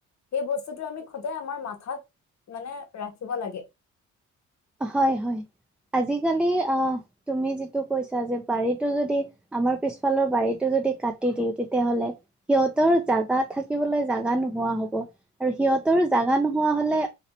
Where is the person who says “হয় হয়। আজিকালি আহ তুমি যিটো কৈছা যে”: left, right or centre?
Centre